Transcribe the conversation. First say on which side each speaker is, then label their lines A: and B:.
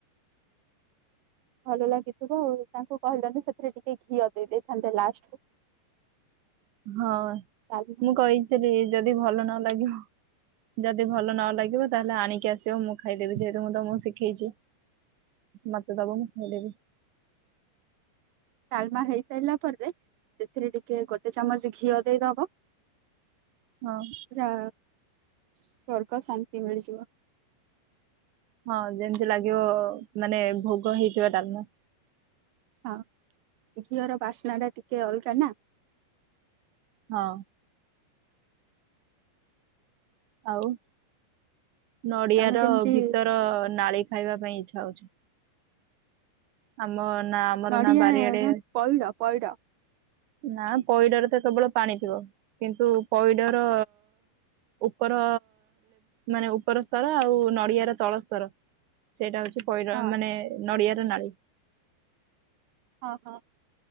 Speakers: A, on the right; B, on the right.
A: ଭଲ ଲାଗିଥିବ ଆଉ ତାଙ୍କୁ କହିଲନି ସେଥିରେ ଟିକେ ଘିଅ ଦେଇଦେଇ । ହଁ ତ ଲାଷ୍ଟ କୁ
B: ହଁ!
A: ଡାଲମା
B: ମୁଁ କହିଥିଲି ଯଦି ଭଲ ନ ଲାଗିବ ଯଦି ଭଲ ନ ଲାଗିବ ତାହେଲେ ଆଣିକି ଆସିବ ମୁଁ ଖାଇଦେବି, ଯେହେତୁ ମୁଁ ତୁମକୁ ଶିଖେଇଛି, ମତେ ଦବ ମୁଁ ଖାଇଦେବି।
A: ଡାଲମା ହେଇସାରିଲା ପରେ ସେଥିରେ ଟିକେ ଗୋଟେ ଚାମଚ ଘିଅ ଦେଇ ଦବ।
B: ହଁ
A: ର ସ୍ବର୍ଗ ଶାନ୍ତି ମିଳିଯିବ।
B: ହଁ ଯେମିତି ଲାଗିବ ମାନେ ଭୋଗ ହେଇଥିବା ଡାଲମା।
A: ହଁ ଘିଅର ବାସ୍ନା ଟା ଟିକେ ଅଲଗା ନା ।
B: ହଁ। ଆଉ ନଡିଆ
A: ତମେ
B: ର
A: କେମିତି
B: ଭିତର ନାଳି ଖାଇବା ପାଇଁ ଇଛା <unintelligible> ଆମ- ନା ଆମର
A: ନଡିଆ
B: ନା ବାରିଆଡେ
A: ନା ପଇଡ ପଇଡ
B: ନା ପଇଡରେ ତ କେବଳ ପାଣି ଥିବ, କିନ୍ତୁ ପଇଡର ଉପର ମାନେ ଉପର ସ୍ତର ଆଉ ନଡିଆର ତଳ ସ୍ତର ସେଇଟା ହଉଛି ପଇଡ,
A: ହଁ
B: ମାନେ ନଡିଆ ନାଳୀ
A: ହଁ ହଁ